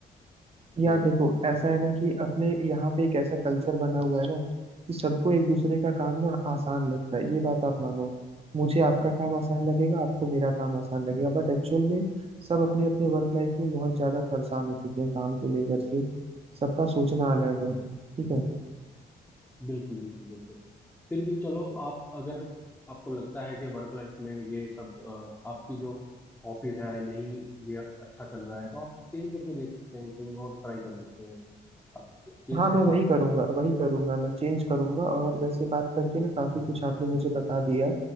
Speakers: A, on the right (about 30°); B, in the centre.
A: यार
B: है
A: देखो ऐसा है ना कि अपने यहाँ पे एक ऐसा कल्चर बना हुआ है ना कि सबको एक दूसरे का काम ना आसान लगता है ये बात आप मानो मुझे आपका काम आसान लगेगा आपको मेरा काम आसान लगेगा बट एक्चुअल में सब अपने अपने वर्क लाइफ में बहुत ज्यादा परेशान हो चुके हैं काम को लेकर के सबका सोचना अलग है ठीक है
B: बिल्कुल बिल्कुल बिल्कुल फिर भी चलो आप अगर आपको लगता है कि वर्क लाइफ में ये सब अ, आपकी जो ऑफिस है नहीं ये अच्छा चल रहा है तो आप चेंज करके देख सकते हैं कहीं और ट्राई कर सकते हैं आप स्किल्स
A: हाँ
B: के
A: मैं
B: साथ
A: वही करूंगा वही करूंगा मैं चेंज करूंगा और वैसे बात करके ना काफी कुछ आपने मुझे बता दिया